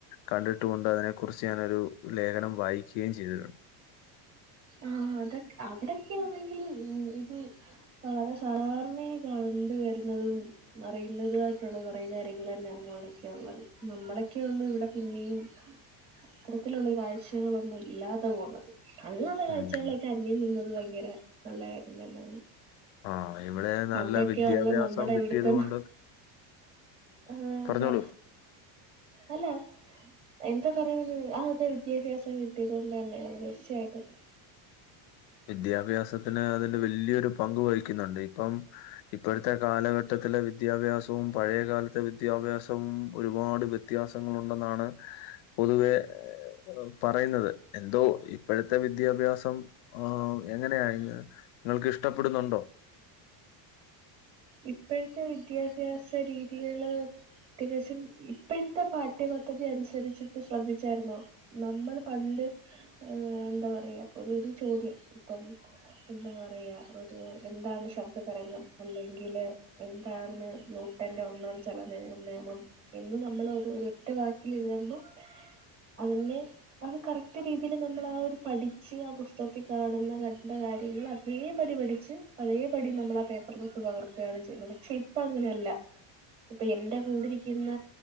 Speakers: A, on the left; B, on the right.
A: കണ്ടിട്ടുമുണ്ട്. അതിനെ കുറിച്ച് ഞാനൊരു ലേഖനം വായിക്കയും ചെയ്തിട്ടുണ്ട്.
B: ആഹ് അതൊ അവിടെക്കെയാണെങ്കില് ഈ ഇത് വളരെ സാധാരണയായി കണ്ട് വരുന്നതും. അറിയിന്നതുവായിട്ടുള്ള കൊറേ കാര്യങ്ങളന്നാ അവിടൊക്കെ ഉളളത്. നമ്മളെക്കെയൊണ്ട് ഇവടെ പിന്നെയും അത്തരത്തിലുള്ള കാഴ്ചകളൊന്നും ഇല്ലാതെ പോകുന്നത്. അങ്ങനൊള്ള കാഴ്ചകളൊക്കെ
A: ഉം.
B: അന്യം നിന്നത് ഭയങ്കര നല്ല കാര്യം തന്നാണ്
A: ആഹ് ഇവിടെ
B: പണ്ടൊക്കെയൊള്ള
A: നല്ല വിദ്യാഭ്യാസം
B: നമ്മടെ ഇവിടത്തെ
A: കിട്ടിയത്
B: മ
A: കൊണ്ട്
B: ആഹ്
A: പറഞ്ഞോളൂ.
B: അതെ അല്ലേ എന്താ പറയാൻ വന്നത്. ആഹ് അതെ വിദ്യാഭ്യാസം കിട്ടിയത് കൊണ്ട് തന്നെയാണ് തീർച്ചയായിട്ടും
A: വിദ്യാഭ്യാസത്തിന് അതിന്റെ വലിയൊരു പങ്ക് വഹിക്കുന്നുണ്ട് ഇപ്പം ഇപ്പോഴത്തെ കാലഘട്ടത്തിലെ വിദ്യാഭ്യാസവും പഴയകാലത്തെ വിദ്യാഭ്യാസവും ഒരുപാട് വ്യത് ത്യാസങ്ങളൊണ്ടെന്നാണ് പൊതുവേ ഏഹ് ഏഹ് ആഹ് പറയുന്നത് എന്തോ ഇപ്പഴത്തെ വിദ്യാഭ്യാസം ആഹ് എങ്ങനെയാ നിങ്ങൾക്ക് ഇഷ്ടപ്പെടുന്നുണ്ടോ?
B: ഇപ്പഴത്തെ വിദ്യാഭ്യാസ രീതികള് തികച്ചും ഇപ്പഴത്തെ പാഠ്യപദ്ധതി അനുസരിച്ചിട്ട് ശ്രദ്ധിച്ചായിരുന്നോ? നമ്മള് പണ്ട് അ് എന്താ പറയാ ഒരു ഒരു ചോദ്യം ഇപ്പം എന്താ പറയാ ഒരു എന്താണ് ശബ്ദ തരംഗം അല്ലെങ്കില് എന്താണ് ന്യൂട്ടൻ്റെ ഒന്നാം ചലന നിയമം എന്ന് നമ്മള് ഒരു ഒറ്റ വാക്കിലെഴുതുമ്പം അതിനെ അത് കറക്റ്റ് രീതീല് നമ്മളാ ഒരു പഠിച്ച് ആ പുസ്തകത്തി കാണുന്ന കണ്ട കാര്യങ്ങള തേ പടി പഠിച്ച് അതേപടി നമ്മളാ പേപ്പറിലോട്ട് പകർത്തെയാണ് ചെയ്യുന്നത് പക്ഷെ ഇപ്പ അങ്ങനെയല്ല ഇപ്പോ എന്റെ കൂടിരിക്കുന്ന